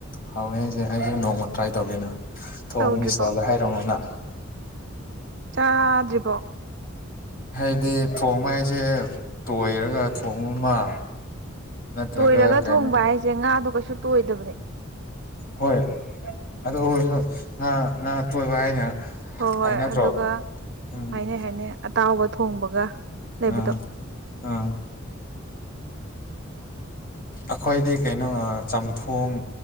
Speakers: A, on the left; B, on the right.
A: ꯍꯧꯋꯦ ꯍꯥꯏꯁꯦ ꯑꯩꯁꯨ ꯅꯣꯡꯃ ꯇ꯭ꯔꯥꯏ ꯇꯧꯒꯦꯅ ꯊꯣꯡꯕꯒꯤ
B: ꯇꯧꯗ꯭ꯔꯤꯕꯣ
A: ꯏꯁꯇꯥꯜꯗ ꯍꯥꯏꯔꯛꯑꯣꯅ
B: ꯆꯥꯗꯔꯤꯕꯣ
A: ꯍꯥꯏꯗꯤ ꯊꯣꯡꯕ ꯍꯥꯏꯁꯦ ꯇꯣꯏꯔꯒ ꯊꯣꯡꯕ ꯑꯃ ꯅꯠꯇ꯭ꯔꯒ
B: ꯇꯣꯏꯔꯒ
A: ꯀꯩꯅꯣ
B: ꯊꯣꯡꯕ ꯍꯥꯏꯁꯦ ꯉꯥꯗꯣ ꯀꯩꯁꯨ ꯇꯣꯏꯗꯕꯅꯦ
A: ꯍꯣꯏ ꯑꯗꯨ ꯑꯣꯏꯔꯁꯨ ꯉꯥ ꯉꯥ ꯑꯇꯣꯏꯕ ꯍꯥꯏꯅ
B: ꯍꯣ ꯍꯣꯏ
A: ꯍꯥꯏꯅꯗ꯭ꯔꯣ
B: ꯑꯗꯨꯒ
A: ꯎꯝ
B: ꯍꯥꯏꯅꯩ ꯍꯥꯏꯅꯩ ꯑꯇꯥꯎꯕ ꯊꯣꯡꯕꯒ ꯂꯩꯕꯗꯣ
A: ꯎꯝ ꯑꯥ ꯑꯈꯣꯏꯗꯤ ꯀꯩꯅꯣ ꯆꯝꯊꯣꯡ